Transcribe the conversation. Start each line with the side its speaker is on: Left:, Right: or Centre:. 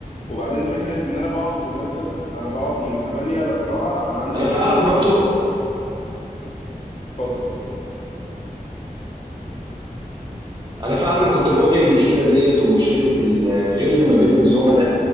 Left: وبعدين فكرة إن أنا بقعد في المكتب أنا بقعد من 8 ل 4 أنا عندي
Right: انا
Left: بريك
Right: فعلا
Left: م...
Right: برضو
Left: اتفضل اتفضل
Right: انا فعلا كنت بواجه المشكله ديت ومشكله الغل ما بين الزملاء